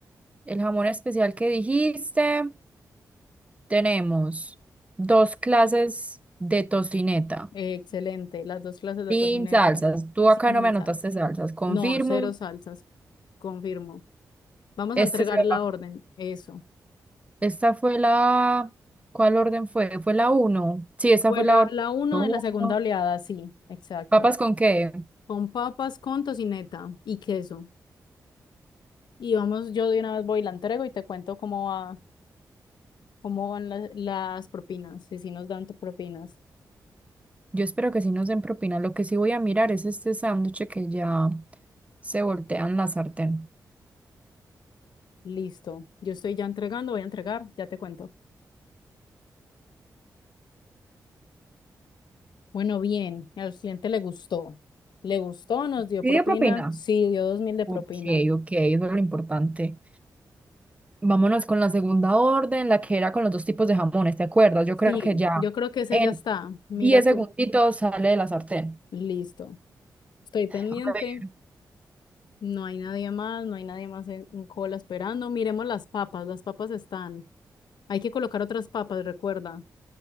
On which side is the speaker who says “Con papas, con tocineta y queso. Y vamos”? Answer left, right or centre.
Left